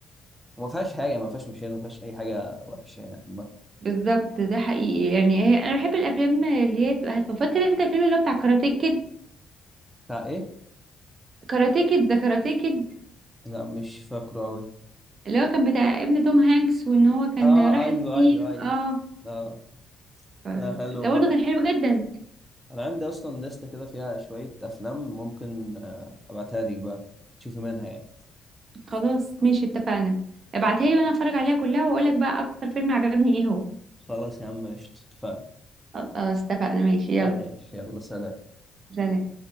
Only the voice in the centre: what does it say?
وما فيهاش حاجه ما فيهاش مشاهد ما فيهاش اي حاجه وحشه يعني عامة.
بتاع ايه
لا مش فاكره قوي
اه
ايوه
ايوه ايوه
اه
ده حلو
برضه
انا عندي اصلا لستة كده فيها شوية افلام ممكن آه، ابعتها لك بقى تشوفي منها يعني
خلاص يا عم قشطة اتفقنا
ماشي
يلا سلام